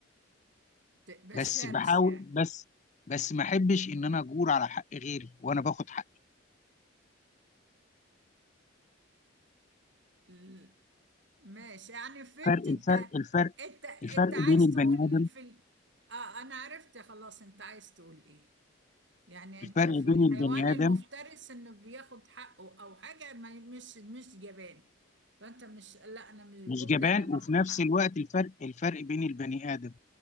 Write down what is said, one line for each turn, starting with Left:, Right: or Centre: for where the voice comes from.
Right: ت- بشرس
Left: بس بحاول
Right: يعني
Left: بس بس ما احبش ان انا اجور على حق غيري وانا باخد حقي
Right: ال- ماشي يعني فهمت
Left: فرق الفرق
Right: انت
Left: الفرق
Right: انت انت
Left: الفرق
Right: عايز
Left: بين البني
Right: تقول
Left: ادم
Right: في ال... اه انا عرفت خلاص انت عايز تقول ايه يعني
Left: الفرق
Right: انت في
Left: بين
Right: الحيوان
Left: البني
Right: المفترس
Left: ادم
Right: انه بياخد حقه او حاجة ما مش مش جبان فانت مش لا انا مش جبنة
Left: مش جبان
Right: انا باخد
Left: وفي نفس
Right: حقي
Left: الوقت الفرق الفرق بين البني ادم